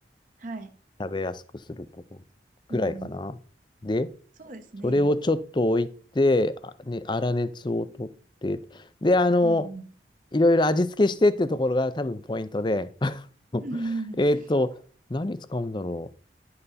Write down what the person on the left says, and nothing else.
食べやすくするとこぐらいかな。
で、
それをちょっと置いて、あね、粗熱を取って、で、あの、
いろいろ味付けしてってところが多分ポイントで、<laughs>
えっと、
何使うんだろ